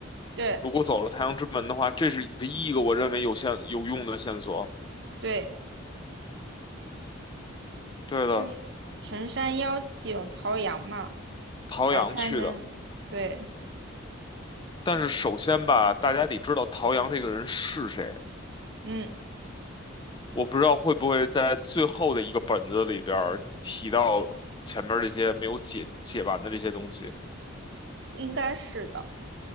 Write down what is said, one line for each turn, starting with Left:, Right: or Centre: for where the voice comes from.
Right: 对
Left: 如果走了太阳之门的话，这是唯一一个我认为有线有用的线索。
Right: 对，
Left: 对的，
Right: 就是陈山邀请陶阳嘛
Left: 陶阳去的。
Right: 来参加，对，
Left: 但是首先吧，大家得知道陶阳这个人是谁。
Right: 嗯，
Left: 我不知道会不会在最后的一个本子里边儿提到前面这些没有解解完的这些东西。
Right: 应该是的，